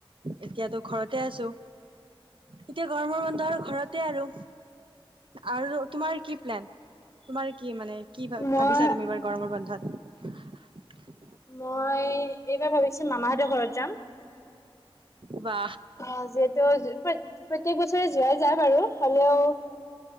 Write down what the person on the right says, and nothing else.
এতিয়াতো ঘৰতে আছো। এতিয়া গৰমৰ বন্ধ আৰু ঘৰতে আৰু। আৰু তোমাৰ কি প্লেন? তোমাৰ কি মানে ভাব-ভাবিছা
তুমি এইবাৰ গৰমৰ বন্ধত <inaudible>
বা